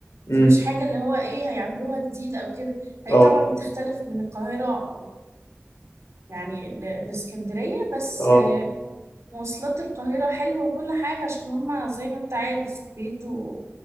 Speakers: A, on the left (about 75°); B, on the right (about 75°).
A: امم
B: دي مش حاجة اللي هو ايه هيعملوها جديدة او كده هي
A: اه
B: طبعا بتختلف من القاهرة ويعني ل- لاسكندرية بس
A: اه
B: آه، مواصلات القاهرة حلوة وكل حاجة عشان هما زي ما انت عارف بيدوا